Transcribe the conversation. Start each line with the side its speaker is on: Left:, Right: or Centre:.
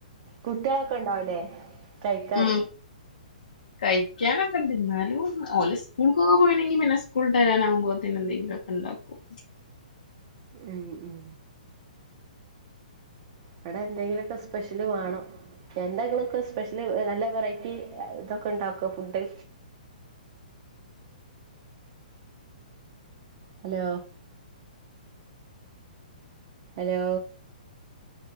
Right: കുട്ടിയാളൊക്കെ ഇണ്ടാവൂലേ കഴിക്കാൻ?
Left: ഉം കഴിക്കാനൊക്കെണ്ട് ഇന്നാലും ഓല് സ്കൂൾക്കൊക്കെ പോയിണങ്കി പിന്നെ സ്കൂൾട്ടെരാനാവുമ്പോത്തിന്നെ എന്തെങ്കിലൊക്കെ ഉണ്ടാക്കും
Right: ഉം ഉം ഇവിടെ എന്തെങ്കിലുമൊക്കെ സ്പെഷ്യല് വേണം. എന്തെഇങ്ങളോക്കെ സ്പെഷ്യല് നല്ല വെറൈറ്റി ഇതൊക്കെ ഇണ്ടാക്കോ food. Hello hello